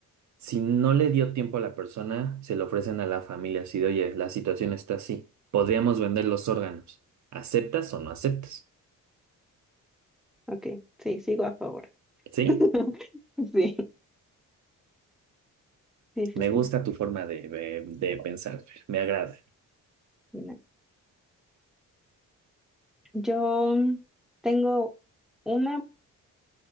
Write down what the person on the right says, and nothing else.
si no le dio tiempo a la persona, se lo ofrecen a la familia así de, oye, la situación está así, podríamos vender los órganos. ¿Aceptas o no aceptas?
¿Sí?
Me gusta
tu forma de, de de pensar, Fer, me agrada.